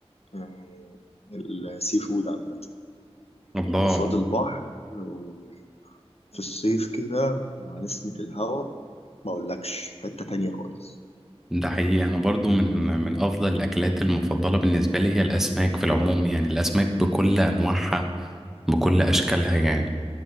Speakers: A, on the left; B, in the centre.
A: آه، السي فود عامة
B: الله
A: قصاد البحر وفي الصيف كده مع نسمة الهوا ما أقولكش في حتة تانية خالص
B: ده حقيقي انا برضو من من افضل الاكلات المفضلة بالنسبة لي هي الاسماك في العموم يعني الاسماك بكل انواعها بكل اشكالها يعني